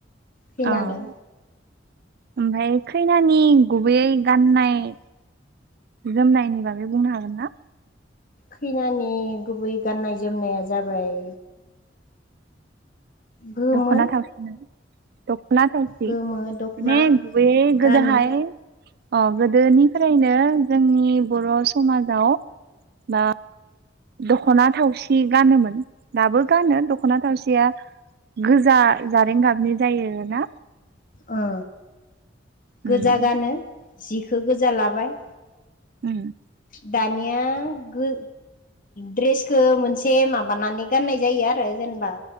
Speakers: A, on the left; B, on the right.
A: खैनानो
B: अ ओमफ्राय खैनानि गुबैयै गाननाय जोमनायनि बागै बुंनो हागोन ना?
A: खैनानि गुबै गाननाय जोमनाया जाबाय गोमो
B: दखना थावसि ना ना थावसि
A: गोमो दख'ना
B: ने गुबै गोदोहाय
A: गानो
B: अ गोदोनिफ्रायनो जोंनि बर' समाजाव मा दख'ना थावसि गानोमोन दाबो गानो दख'ना थावसिया गोजा जारें गाबनि जायो ना?
A: ओ
B: उम
A: गोजा गानो जिखौ गोजा लाबाय
B: उम्म।
A: दानिया गो द्रेसखौ मोनसे माबानानै गाननाय जायो आरो जेनबा